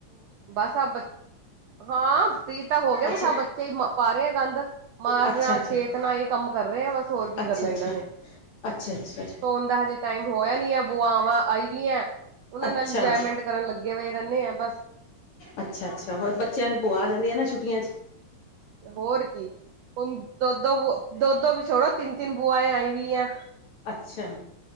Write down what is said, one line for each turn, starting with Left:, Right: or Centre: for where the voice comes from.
Right: ਬਸ ਆਪ ਬ ਹਾਂ, ਫ੍ਰੀ ਤਾਂ, ਹੋ ਗਿਆ
Left: ਅੱਛਾ
Right: ਬਸ, ਆਪ ਬੱਚੇ ਹੀ ਪਾ ਰਹੇ ਆ ਗੰਦ ਮਾਰਨਾ,
Left: ਅੱਛਾ ਅੱਛਾ
Right: ਛੇਤਨਾ, ਇਹ ਕੰਮ ਕਰ ਰਹੇ ਆ ਬਸ ਹੋਰ ਕੀ
Left: ਅੱਛਾ
Right: ਕਰਨਾ ਇਹਨਾਂ ਨੇ
Left: ਅੱਛਾ ਅੱਛਾ
Right: ਸੋਣ ਦਾ ਹਜੇ ਟਾਈਮ ਹੋਇਆ ਨੀਆ ਬੋ ਵਾਂ ਆਈ ਵੀ ਹੈ, ਉਹਨਾਂ
Left: ਅੱਛਾ ਅੱਛਾ
Right: ਨਾਲ ਇੰਜੋਏਮੈਂਟ ਕਰਨ ਲੱਗੇ ਹੋਏ ਰਹਿੰਦੇ ਆ ਬਸ
Left: ਅੱਛਾ- ਅੱਛਾ ਹੋਰ ਬੱਚਿਆਂ ਦੀ ਭੂਆ ਆ ਜਾਂਦੀ ਹੈ ਨਾ ਛੁੱਟੀਆਂ'ਚ?
Right: ਹੋਰ ਕੀ, ਹੁਣ ਦੋ-ਦੋ ਵੀ ਛੋੜੋ, ਤਿੰਨ -ਤਿੰਨ ਬੁਆਏਂ ਆਈ ਵੀਂ ਆ
Left: ਅੱਛਾ।